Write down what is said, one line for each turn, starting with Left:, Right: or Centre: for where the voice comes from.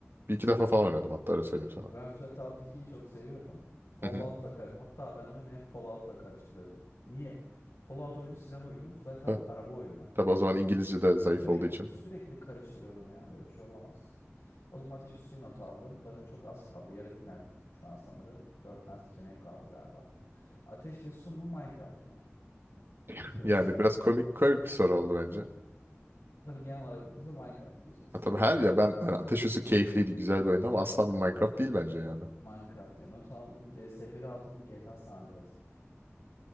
Right: Bir iki defa falan oynadım hatta öyle söyleyeyim sana.
Left: E, ben Flatout 2'yi çok seviyordum. Fallout'la
Right: Hı hı.
Left: kar hatta ben oyunu hep Fallout'la karıştırıyordum. Niye? Fallout oyunu silah oyunu, Flatout
Right: Ta-
Left: araba oyunu.
Right: Tabii o zaman İngilizce de zayıf
Left: Sürekli
Right: olduğu için.
Left: sürekli karıştırıyordum ya. Böyle bir şey olamaz. O zaman ateşi suyu not aldım. Zaten çok az kaldı. Yarı final şu an sanırım. Dört tane seçeneğim kaldı galiba. Ateş ve su mu Minecraft mı?
Right: <laughs>
Left: İki klasik
Right: Yani biraz
Left: baş
Right: komik
Left: başa.
Right: komik bir soru oldu bence.
Left: Tabii genel olarak bakınca Minecraft diyeceğiz.
Right: Ha, tabii her ya ben hani Ateş Üssü keyifliydi güzel bir oyundu ama asla bir Minecraft değil bence yani.
Left: Minecraft diye not aldım. CS 1.6 mı GTA San Andreas mı?